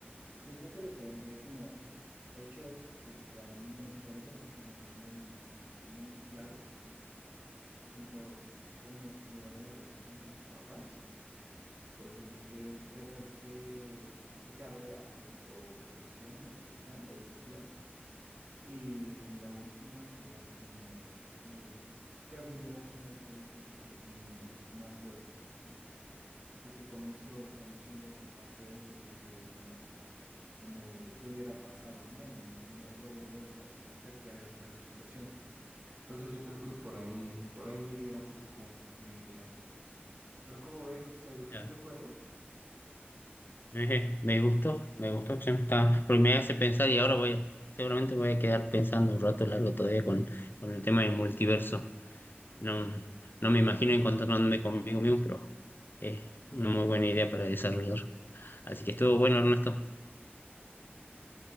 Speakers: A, on the right; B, on the left.
A: Yo creo que le preguntaré como hechos que para mí en esta vida son como que muy, muy claves, ¿no? Por ejemplo, cómo se llevaría la relación con sus papás. Por ejemplo, qué, qué, rel- qué, qué carrera o, pro- o profesión o lo que sea escogió. Y la última sería como eh, qué habilidades son las que él siente que tiene más fuertes, ¿no? Yo creo que con eso, conociendo esa parte de él, pues así vería como como qué hubiera pasado, ¿no? En, en otro universo acerca de esta situación. Entonces yo creo que por ahí, por ahí iría un poco mi idea. Pero ¿cómo ves? ¿Te gustó
B: Ya.
A: este juego?
B: Ejé, me gustó, me gustó, che, está- porque me hace pensar y ahora voy a, seguramente voy a quedar pensando un rato largo todavía con, con el tema del multiverso. No, no me imagino encontrándome conmigo mismo, pero es una muy buena idea para desarrollar. Así que estuvo bueno, Ernesto.